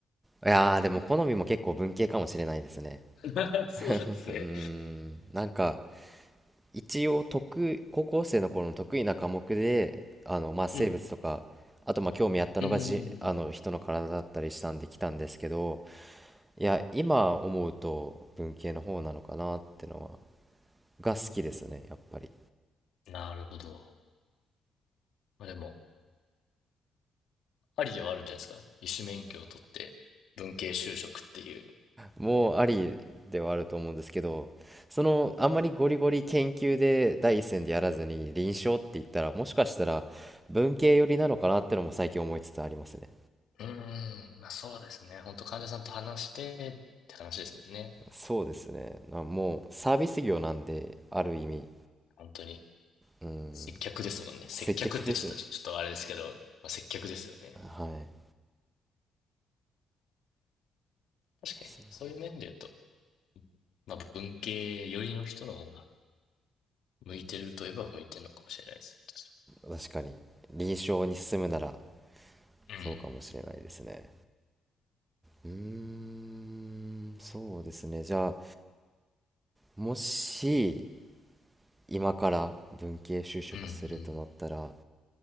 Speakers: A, on the right; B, on the left.
A: いやーでも好みも結構文系かもしれないですね
B: <laughs> そうなんですね。
A: うーんなんか一応得意高校生の頃の得意な科目であの、まあ、生物とかあとまあ興味あったのがじあの人の体だったりしたんで来たんですけど
B: うん。うーん。
A: いや今思うと文系の方なのかなってのはが好きですねやっぱり
B: なるほど。まあでも、ありではあるんじゃないですか。医師免許を取って、文系就職っていう。
A: もうありではあると思うんですけどそのあんまりゴリゴリ研究で第一線でやらずに臨床って言ったらもしかしたら文系寄りなのかなってのも最近思いつつありますね
B: うーん、まあそうですね。本当患者さんと話してって話ですもんね。
A: そうですねなもうサービス業なんである意味
B: 本当に。
A: うん、
B: 接客ですもんね。接客ってちょっと、
A: 接客ですね。
B: ちょっとあれですけど、まあ、接客ですよね。
A: はい。
B: 確かに。
A: そ
B: そういう面で言うと、まあ文系寄りの人の方が向いてるといえば向いてるのかもしれないですね。確
A: 確かに。臨床に進むなら、
B: かに
A: そうかもしれないですね。うーん、そうですね。じゃあ、もし、今から文系就職するとなったら、
B: うん。うん、うん。